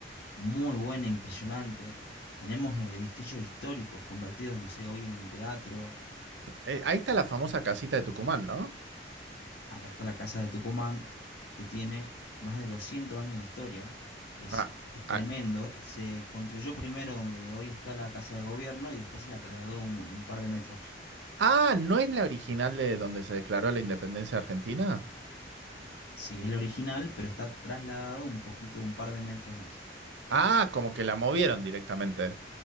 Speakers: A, on the left (about 75°); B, on the right (about 85°).
A: muy buena, impresionante. Tenemos eh, edificios históricos convertidos, no sé, hoy en un teatro.
B: Eh, ahí está la famosa casita de Tucumán, ¿no?
A: Acá está la Casa de Tucumán, que tiene más de 200 años de historia. Es,
B: Ah,
A: es tremendo.
B: ah,
A: Se construyó primero donde hoy está la Casa de Gobierno y después se la trasladó un, un par de metros.
B: ah, ¿no es la original de donde se declaró la independencia argentina?
A: Sí, es el original, pero está trasladado un poquito, un par de metros más.
B: Ah, como que la movieron directamente.